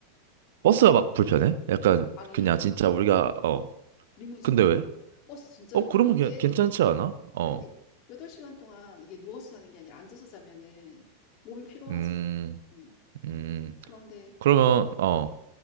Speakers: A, on the right; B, on the left.
A: 버스가 막 불편해? 약간
B: 아니
A: 그냥 진짜 우리가, 어,
B: 리무진이야.
A: 근데 왜?
B: 버스 진짜
A: 어,
B: 좋아.
A: 그러면
B: 근데
A: 괜- 괜찮지 않아? 어,
B: 근데 8시간 동안 이게 누워서 자는 게 아니라 앉아서 자면은 몸이 피로하지.
A: 음,
B: 음.
A: 음.
B: 그런데
A: 그러면, 어,